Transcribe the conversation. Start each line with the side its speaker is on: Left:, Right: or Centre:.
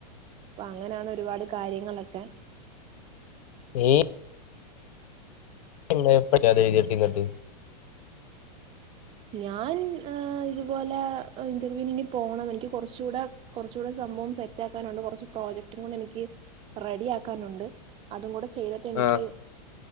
Right: അപ്പൊ അങ്ങനെയാണ് ഒരുപാട് കാര്യങ്ങളൊക്കെ
Left: നീ <unintelligible>
Right: ഞാൻ ഇതുപോല ഇൻ്റർവ്യൂവിന് ഇനി പോണം എനിക്ക് കുറച്ചൂടെ കുറച്ച് കൂടെ സംഭവം സെറ്റ് ആക്കാനുണ്ട് കുറച്ച് പ്രോജക്റ്റും കൂടെ എനിക്ക് റെഡി ആക്കാനുണ്ട് അതും കൂടെ ചെയ്തിട്ട് എനിക്ക്
Left: ആഹ്